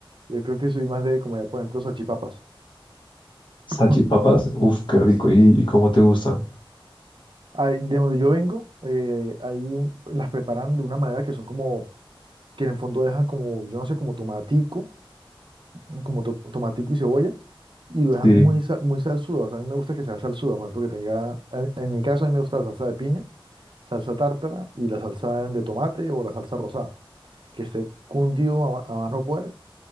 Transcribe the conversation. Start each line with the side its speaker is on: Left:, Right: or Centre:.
Right: Yo creo que soy más de comer, por ejemplo, salchipapas.
Left: Salchipapas,
Right: <clears throat>
Left: uf, qué rico.
Right: Sí.
Left: ¿Y, y cómo te gustan?
Right: Ay, de donde yo vengo, eh, ahí las preparan de una manera que son como, que en el fondo dejan como, yo no sé, como tomatico, como to- tomatico y cebolla, y lo dejan
Left: Sí.
Right: muy, sa- muy salsuda. O sea, a mí me gusta que sea salsuda, por ejemplo, que tenga, en, en mi caso a mí me gusta la salsa de piña, salsa tártara y la salsa de tomate o la salsa rosada. que esté cundido a, a más no poder,